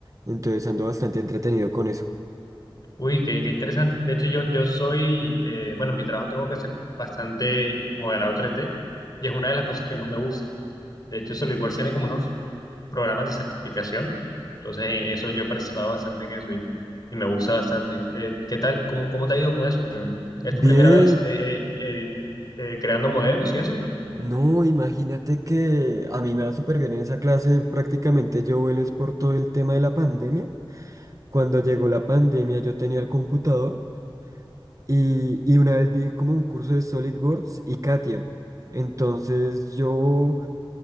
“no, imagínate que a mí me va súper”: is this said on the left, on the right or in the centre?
Right